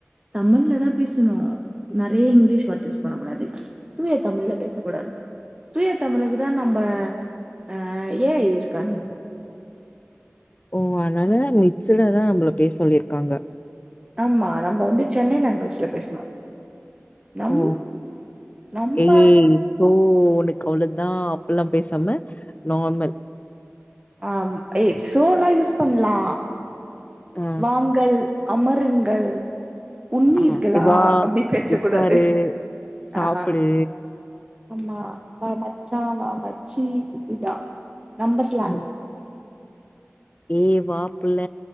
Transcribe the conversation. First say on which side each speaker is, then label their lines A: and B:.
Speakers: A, on the right (about 20°); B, on the left (about 30°).
A: தமிழ்லதான் பேசணும் நெறைய இங்கிலீஷ் வார்த்த யூஸ் பண்ணக் கூடாது தூய தமிழ்ல பேசக் கூடாது தூய தமிழுக்கு தான் நம்ம ஆஹ் ஏ ஐ இருக்கானே
B: ஓ அனால மிக்சுடாதா நம்பள பேசசொல்லிர்காங்க
A: ஆமா நம்ம வந்து சென்னை லேங்குவேஜ்ல பேசணு நம்
B: ஓ
A: நம்ம
B: ஏ சோ உனக்கவ்ள தான் எல்லாம் பேசாம நார்மல்
A: ஆஹ் த் சோலா யூஸ் பண்லா
B: ஆ
A: வாங்கல் அமருங்கள் உண்ணீர்களா
B: ஆ வா
A: அப்டி பேச
B: உக்காரு
A: கூடாது
B: சாப்புடு
A: ஆஹ் ஆமா வா மச்சா வா மச் ச்சீ விடுடா நம்பஸ்லாண்ட்
B: ம் ஏ வாபுல்ல